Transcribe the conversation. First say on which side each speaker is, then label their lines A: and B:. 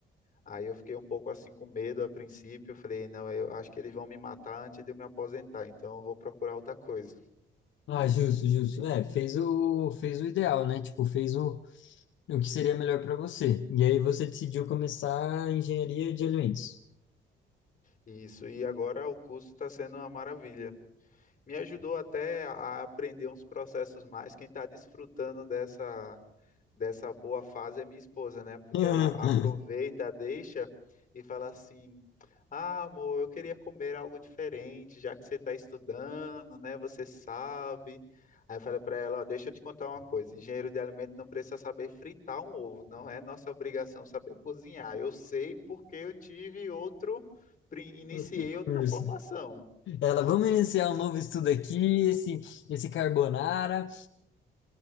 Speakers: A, on the left; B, on the left.
A: Aí eu fiquei um pouco assim com medo a princípio, eu falei, não, eu acho que eles vão me matar antes de eu me aposentar, então eu vou procurar outra coisa.
B: Ah, justo, justo. É, fez o, fez o ideal, né? Tipo, fez o, o que seria melhor para você. E aí você decidiu começar a engenharia de alimentos.
A: Isso, e agora o curso está sendo uma maravilha. me ajudou até a aprender uns processos mais. Quem está desfrutando dessa, dessa boa fase é minha esposa, né? Porque
B: <laughs>
A: ela aproveita, deixa e fala assim: Ah, amor, eu queria comer algo diferente, já que você está estudando, né? Você sabe. Aí eu falei para ela: Ó, deixa eu te contar uma coisa: engenheiro de alimento não precisa saber fritar um ovo, não é nossa obrigação saber cozinhar. Eu sei porque eu tive outro, pri- iniciei
B: Outro curso.
A: outra formação.
B: Ela, vamos iniciar um novo estudo aqui, esse, esse carbonara.